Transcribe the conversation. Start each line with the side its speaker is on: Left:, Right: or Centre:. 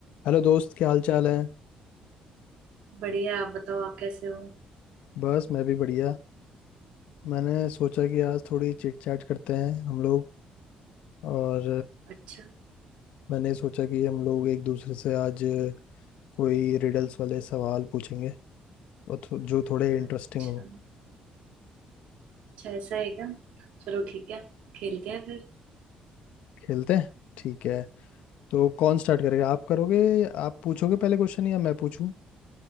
Left: Hello दोस्त क्या हाल चाल है
Right: बढ़िया आप बताओ आप कैसे हो
Left: बस मैं भी बढ़िया मैंने सोचा कि आज थोड़ी चिट चैट करते हैं हम लोग और
Right: अच्छा
Left: मैंने सोचा कि हम लोग एक दूसरे से आज कोई रिडल्स वाले सवाल पूछेंगे और थो, जो थोड़े इंटरेस्टिंग
Right: अच्छा
Left: हो
Right: अच्छा ऐसा है क्या चलो ठीक है खेलते हैं फिर
Left: खेलते हैं ठीक है तो कौन स्टार्ट करेगा आप करोगे आप पूछोगे पहले क्वेश्चन या मैं पूछूं